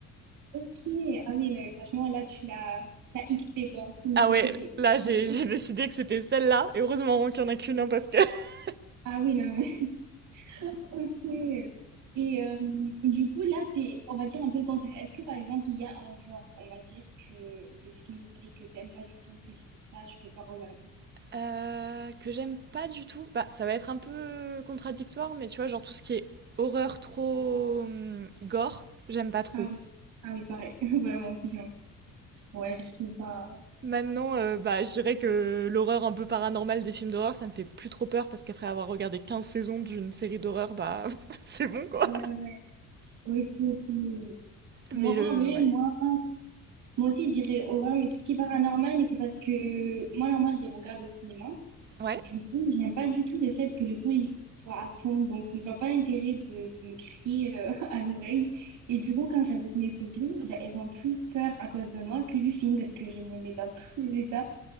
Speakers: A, on the right; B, on the right.
A: Ok, ah oui, non, mais franchement, là, tu l'as t'as XP, quoi, niveau
B: Ah ouais,
A: série.
B: là j'ai,
A: Ok.
B: <laughs> j'ai décidé que c'était celle-là, et heureusement qu'il n'y en a qu'une, hein, parce que... <laughs>
A: Ah oui, non, mais... <laughs> Ok. Et euh, du coup, là, c'est, on va dire un peu le contraire. Est-ce que, par exemple, il y a un genre, on va dire, que de films ou séries que t'aimes pas du tout, tu dis ça, je peux pas regarder?
B: Euh, que j'aime pas du tout. Bah, ça va être un peu contradictoire, mais tu vois, genre tout ce qui est horreur trop hum, gore, j'aime pas trop.
A: Ah oui, ah oui, pareil. <laughs> Vraiment aussi, j'en... Ouais, je peux pas...
B: Maintenant, euh, bah, je dirais que l'horreur un peu paranormale des films d'horreur, ça me fait plus trop peur, parce qu'après avoir regardé 15 saisons d'une série d'horreur, bah, <laughs> c'est bon, quoi.
A: Ouais, ouais, ouais. Ok, ok. Moi,
B: Mais
A: en
B: le...
A: vrai,
B: ouais.
A: moi... Moi aussi, je dirais horreur, mais tout ce qui est paranormal, mais c'est parce que moi, normalement, je les regarde au cinéma.
B: Ouais
A: Du coup, j'aime pas du tout le fait que le son il, il soit à fond, donc je vois pas l'intérêt de, de me crier euh, <laughs> à l'oreille. Et du coup, quand je suis avec mes copines, ben, elles ont plus peur à cause de moi que du film parce que je me mets dans tous les états.